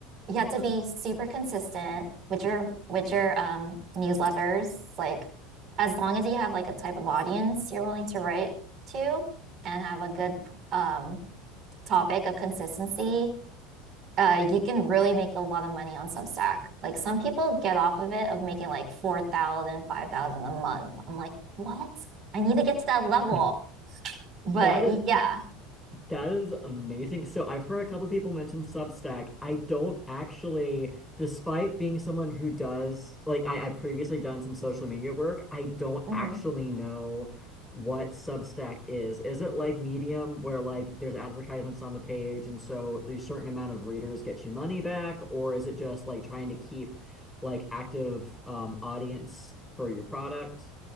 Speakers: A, on the right; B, in the centre.
A: you have to be super consistent with your with your um newsletters. Like as long as you have like a type of audience you're willing to write to and have a good um topic of consistency, uh you can really make a lot of money on Substack. Like some people get off of it of making like 4,000, 5,000 a month. I'm like, "What? I need to get to that level."
B: <laughs>
A: But
B: That is.
A: yeah.
B: That is amazing. So I've heard a couple people mention Substack. I don't actually, despite being someone who does, like I, I've previously done some social media work, I don't
A: Mhm.
B: actually know what Substack is. Is it like Medium where like there's advertisements on the page and so a certain amount of readers get you money back, or is it just like trying to keep like active um audience for your product?